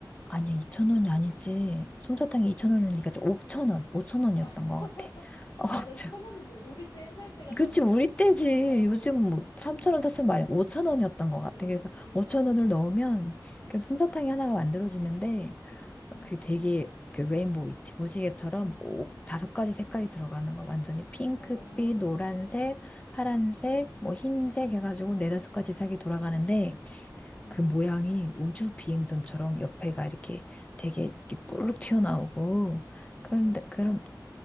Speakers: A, on the left (about 20°); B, on the left (about 65°).
A: 아니야 2천 원이 아니지. 솜사탕이 2천 원이니까 5천 원, 5천 원이었던
B: <laughs>
A: 것 같아. 어,
B: 맞아. 그래서
A: <laughs>
B: 천 원은 우리 때 옛날 때가 천
A: 그치,
B: 원이었지.
A: 우리 때지.
B: <laughs> 어,
A: 요즘 뭐 3,000원, 4,000원 말이 5,000원이었던
B: 그치.
A: 것 같아. 그래서
B: 음,
A: 5,000원을
B: 음,
A: 넣으면 그 솜사탕이 하나가 만들어지는데
B: 음,
A: 그 되게 그 레인보우 있지. 무지개처럼
B: 음,
A: 오,
B: 음, 음.
A: 다섯 가지 색깔이 들어가는 거. 완전히 핑크빛,
B: 어,
A: 노란색, 파란색,
B: 에
A: 뭐 흰색 해가지고 네다섯 가지 색이 돌아가는데
B: 음.
A: 그 모양이 우주 비행선처럼 옆에가
B: <gasps>
A: 이렇게 되게 이렇게 뿔룩 튀어나오고 그런데
B: 어,
A: 그런
B: 와, 진짜,